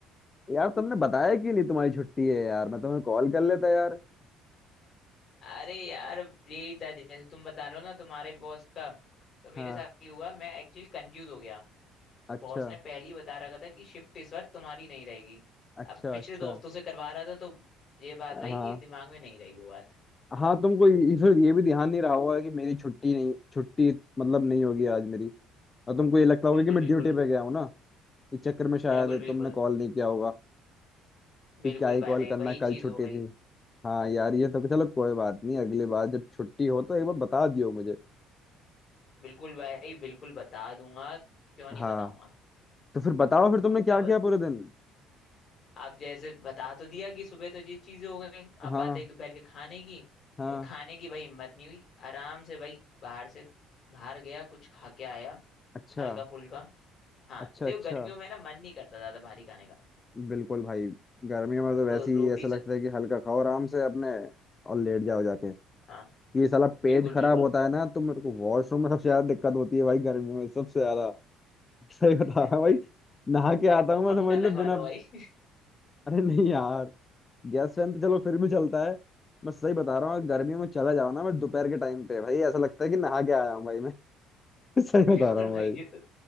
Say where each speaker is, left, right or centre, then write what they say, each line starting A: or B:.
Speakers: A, on the left; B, on the left.
A: यार तुमने बताया क्यों नहीं तुम्हारी छुट्टी है यार मैं तुम्हें कॉल कर लेता यार
B: अरे यार यही था जैसे तुम बता रहे हो ना तुम्हारे बॉस का तो मेरे
A: हाँ
B: साथ ही हुआ मैं एक्चुअली कंफ्यूज हो गया
A: अच्छा
B: बॉस ने पहले ही बता रखा था कि शिफ्ट इस बार तुम्हारी नहीं रहेगी
A: अच्छा
B: अब पिछले
A: अच्छा
B: दो हफ्तों से करवा रहा था तो ये बात
A: हाँ
B: रही कि दिमाग में नहीं रही वो बात
A: हाँ तुमको ये- फिर ये भी ध्यान नहीं रहा होगा कि मेरी छुट्टी नहीं छुट्टी मतलब नहीं होगी आज मेरी और तुमको ये लगता होगा
B: बिल्कुल
A: कि मैं
B: बिल्कुल
A: ड्यूटी पे गया हूँ ना इस चक्कर में शायद
B: बिल्कुल बिल्कुल
A: तुमने कॉल नहीं किया होगा
B: बिल्कुल
A: कि क्या ही
B: भाई
A: कॉल करना
B: वही
A: कल
B: चीज
A: छुट्टी
B: हो गई
A: थी हाँ यार ये तो चलो कोई बात नहीं अगली बार जब छुट्टी हो तो एक बार बता दियो मुझे
B: बिल्कुल भाई बिल्कुल बता दूंगा क्यों नहीं
A: हाँ
B: बताऊंगा
A: तो फिर बताओ फिर तुमने
B: पक्का
A: क्या
B: बत...
A: किया पूरे दिन
B: आप जैसे बता तो दिया कि सुबह तो ये चीजें हो गई अब
A: हाँ
B: बात आई दोपहर के खाने की
A: हाँ
B: तो खाने की भाई हिम्मत नहीं हुई आराम से भाई बाहर से बाहर गया कुछ खा के आया
A: अच्छा
B: हल्का फुल्का हाँ
A: अच्छा
B: देखो
A: अच्छा
B: गर्मियों में ना मन नहीं करता ज्यादा भारी खाने का
A: बिल्कुल भाई गर्मियों में तो वैसे
B: तो
A: ही
B: रोटी
A: ऐसा
B: स...
A: लगता है कि हल्का खाओ आराम से अपने और लेट जाओ जाके
B: हाँ
A: ये साला पेट
B: बिल्कुल
A: खराब
B: बिल्कुल
A: होता है ना तो मेरे को वॉशरूम में सबसे ज्यादा दिक्कत होती है भाई गर्मियों में सबसे ज्यादा <laughs> सही बता
B: <laughs>
A: रहा हूँ भाई नहा के आता
B: तो
A: हूँ मैं
B: पंखा
A: समझ
B: लगवा
A: लो बिना
B: लो भाई
A: अरे नहीं यार गैस फैन तो चलो फिर भी चलता है मैं सही बता रहा हूँ अगर गर्मियों में चला जाओ ना मैं दोपहर के टाइम पे भाई ऐसा लगता है कि नहा के आया हूँ भाई मैं <laughs> सही
B: <laughs> बिल्कुल
A: बता रहा हूँ
B: भाई
A: भाई
B: ये तो